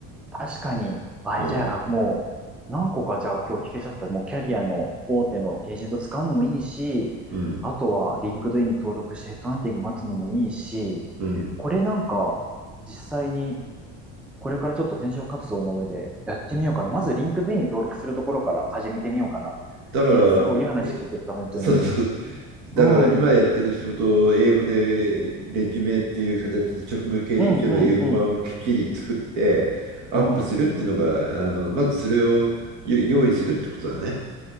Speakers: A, in the centre; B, on the right (about 70°).
A: 確かに。あ、
B: うん、
A: じゃあもう、何個かじゃあ今日聞けちゃった。もうキャリアの大手のエージェント使うのもいいし、
B: うん、
A: あとはリンクドインに登録してヘッドハンティング待つのもいいし、
B: うん。
A: これなんか、実際にこれからちょっと転職活動の上でやってみようかな。まずリンクドインに登録するところから始めてみようかな。
B: だから、
A: えーすごいいい話聞けた、
B: え
A: 本当に。
B: そうそう。だから今やってる仕事を英語でレジュメっていう形で職務経歴書の英語版をきっちり作ってアップするっていうのが、
A: うん、うん、うん、うん。うん。
B: あの、まずそれをよ用意するってことだね。